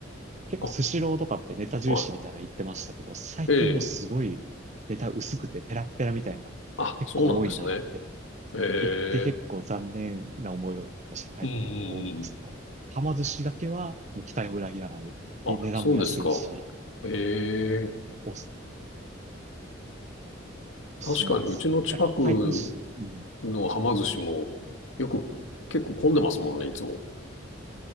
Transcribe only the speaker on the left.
あ、は
い。ええあ、
そうなんですね。ええ
うんうんうん。
あ、
そうですか。ええ
確かにうちの近く
の浜寿司もよく結構混んでますもんね、いつも。